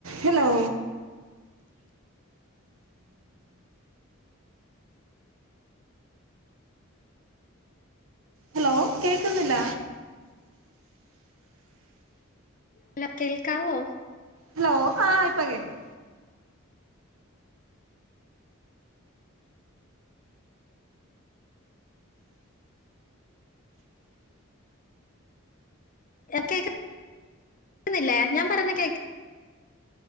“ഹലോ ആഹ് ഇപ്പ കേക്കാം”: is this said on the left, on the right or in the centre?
Right